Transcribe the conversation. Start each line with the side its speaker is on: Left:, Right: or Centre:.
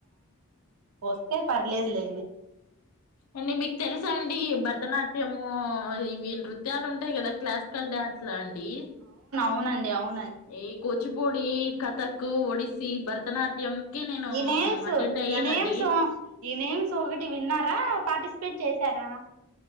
Right: ఒకే పర్లేదు లే
Left: అ మీకు తెలుసా అండి ఈ భరతనాట్యం మో ఇ నృత్యాలు ఉంటాయి కదా క్లాసికల్ డ్యాన్స్ లా అండి
Right: అవునడి ఆవు
Left: ఏ కూచిపూడి కథక్ ఒడిస్సీ భరతనాట్యం కి నేను
Right: ఈ నేమ్స్
Left: అటెండ్ అయ్యానండి
Right: ఈ నేమ్స్ ఈ నేమ్స్ ఒకటి విన్నారా పాటిస్త పెట్ చేశారా